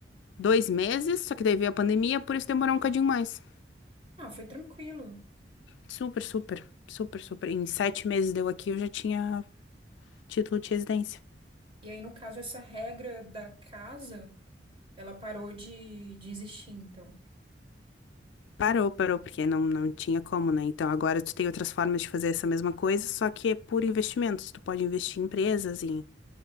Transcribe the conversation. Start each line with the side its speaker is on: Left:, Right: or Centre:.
Left: dois meses, só que daí veio a pandemia, por isso demorou um cadinho mais.
Right: Ah, foi tranquilo.
Left: Super, super, super, super. Em sete meses deu aqui, eu já tinha título de residência.
Right: E aí, no caso, essa regra da casa, ela parou de, de existir, então.
Left: Parou, parou, porque não, não tinha como, né? Então agora tu tem outras formas de fazer essa mesma coisa, só que é por investimentos. Tu pode investir em empresas, em,